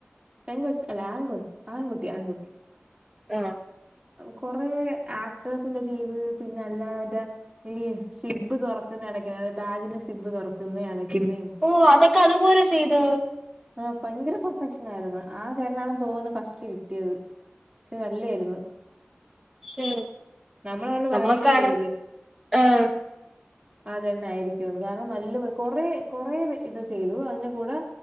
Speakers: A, on the right; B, in the centre.
A: പെങ്കാെച്ച് അല്ല ആങ്കുട്ട് ആങ്കുട്ടി ആങ്കുട്ടി
B: ആഹ്
A: കൊറെ ആക്ടേഴ്സിന്റെ ചെയ്ത് പിന്നെ അല്ലാതെ ഈ സിബ്ബ് തുറക്കുന്നെ അടയ്ക്കുന്നെ അതായത് ബാഗിന്റെ സിബ് തുറക്കുന്നേ അടയ്ക്കുന്നേ
B: ഓ അതൊക്കെ അതുപോലെ ചെയ്തു
A: ആഹ് ഭയങ്കര പെർഫെക്ഷൻ ആയിരുന്ന് ആ ചേട്ടനാന്ന് തോന്നുന്ന് ഫസ്റ്റ് കിട്ടിയത് ഇത് നല്ലേര്ന്നു
B: ശോ
A: നമ്മളവിടുന്ന്
B: നമ്മക്കാണ്
A: പറയുകയും ചെയ്ത്
B: ആഹ്
A: അതെന്നെ ആയിരിക്കുംഅത് കാരണം നല്ല കൊറെ കൊറെ ഇത് ചെയ്തു അതിന്റെ കൂടെ